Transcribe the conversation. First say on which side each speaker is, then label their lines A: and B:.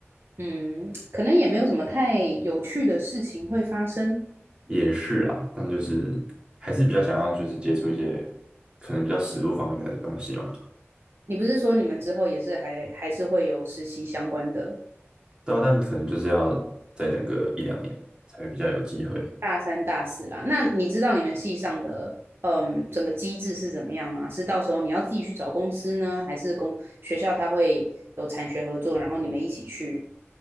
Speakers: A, on the right; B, on the right.
A: 嗯，可能也没有什么太有趣的事情会发生。
B: 也是啊，但就是还是比较想要就是接触一些可能比较实物方面的东西嘛。
A: 你不是说你们之后也是还还是会有实习相关的
B: 对啊，但可能就是要再等个一两年才会比较有机会，
A: 大三、大四啦。那你知道你们系上的嗯整个机制是怎么样吗？是到时候你要自己去找公司呢，还是公学校它会有产学合作，然后你们一起去？